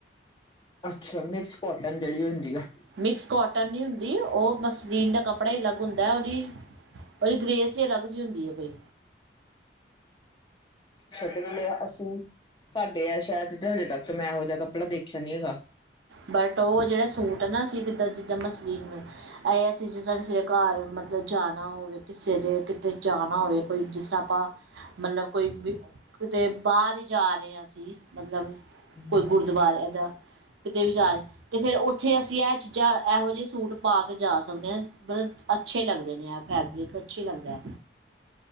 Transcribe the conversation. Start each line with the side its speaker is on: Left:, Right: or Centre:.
Left: ਅੱਛਾ ਮਿਕਸ ਕੋਟਨ ਜਿਹੜੀ ਹੁੰਦੀ ਆ।
Right: ਮਿਕਸ ਕੋਟ ਟ ਨ ਹੁੰਦੀ ਉਹ ਮਸਲੀਨ ਦਾ ਕੱਪੜਾ ਹੀ ਅਲੱਗ ਹੁੰਦਾ ਹੈ। ਉਹਦੀ- ਉਹਦੀ ਗਰੇੇਸ ਹੀ ਅਲੱਗ ਜਿਹੀ ਹੁੰਦੀ ਹੈ ਕੋਈ
Left: ਸਾਡੇ ਨਾਲੇ ਅਸੀਂ ਸਾਡੇ ਆ ਸ਼ਹਿਰ ਤੇ ਹਜੇ ਤੱਕ ਮੈਂ ਇਹੋ ਜਿਹਾ ਕੱਪੜਾ ਦੇਖਿਆ ਨੀ ਹੈਗਾ।
Right: ਬਟ ਉਹ ਜਿਹੜਾ ਸੂਟ ਹੈ ਨਾ ਅਸੀਂ ਕਿੱਦਾਂ ਜਿੱਦਾਂ ਮਸਲੀ ਨੂੰ ਇਹ ਅਸੀਂ ਜਿਸ ਤਰ੍ਹਾਂ ਕਿਸੇ ਦੇ ਘਰ ਮਤਲਬ ਜਾਣਾ ਹੋਵੇ ਕਿਸੇ ਦੇ ਕਿਤੇ ਜਾਣਾ ਹੋਵੇ ਕੋਈ ਜਿਸ ਤਰ੍ਹਾਂ ਆਪਾਂ ਮਤਲਬ ਕੋਈ ਕਿਤੇ ਬਾਹਰ ਹੀ ਜਾ ਰਹੇ ਅਸੀਂ। ਮਤਲਬ
Left: ਹੂੰ
Right: ਕੋਈ ਗੁਰਦੁਆਰੇ ਇਹਦਾਾਂ ਕਿਤੇ ਵੀ ਜਾ ਰਹੇ ਤੇ ਫੇਰ ਉੱਥੇ ਅਸੀਂ ਇਹ ਚੀਜ਼ਾਂ ਇਹੋ ਜਿਹੇ ਸੁ ਸੂਟ ਪਾ ਕੇ ਜਾ ਸਕਦੇ ਮਲ ਅੱਛੇ ਲੱਗਦੇ ਨੇ ਫੈਬਰਿਕ ਅੱਛੀ ਲੱਗਦਾ।